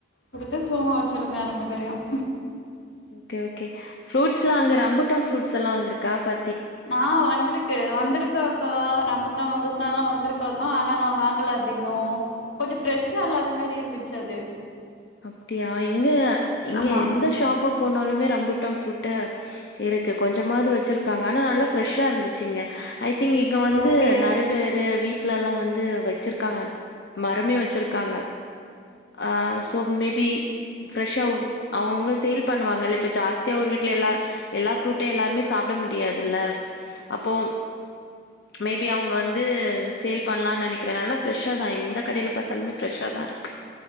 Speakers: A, on the left; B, on the left.
A: கொடுத்து தூங்க வெச்சுருக்கெ ரெண்டு பேரையும்
B: ஓகே ஓகே ஃப்ரூட்ஸ்லாம் அங்க ரம்புட்டம் ஃப்ரூட்ஸ்லாம் வந்திருக்கா பா
A: ஆன் வந்திருக்கு வந்திருக்க அக்கா ரம்பு ரங்குஸ்தான்லாம் வந்திருக்காக்கா ஆனா நான் வாங்கல அது இன்னும் கொஞ்சம் பிரெஷ்ஷா இல்லாதமாரி இருந்துச்சு அது
B: அப்படியா இங்க இங்க
A: ஆமா
B: எந்த ஷாப்பு போனாலுமே ரம்பூட்டாம் ஃபுருட் இருக்கு கொஞ்சமாவது வெச்சிருக்காங்க ஆனா நல்லா ஃப்ரெஷ்ஷா இருந்துச்சு இங்க ஐ திங்க் இங்க வந்து
A: ஓகே
B: நெறய பேர் வீட் வீட்லலாம் வந்து வெச்சிருக்காங்க மரமே வெச்சிருக்காங்க ஆஹ் ஸோ மேபி ஃப்ரெஷ்ஷாக அவங்கவுங்க சேல் பண்ணுவாங்கல இப்ப ஜாஸ்திய ஒரு வீட்டு வீல எல்ல எல்லா ஃப்ரூட்டும் எல்லாருமே சாப்பிட முடியாதுல்ல அப்போ மேபி அவங்க வந்து சேல் பண்ணலாம்னு நெனைக்கிறே நால்ல ஃப்ரெஷ்ஷா தான் எந்த கடையில பாத்தாலுமே ஃப்ரெஷ்ஷா தான் இருக்கு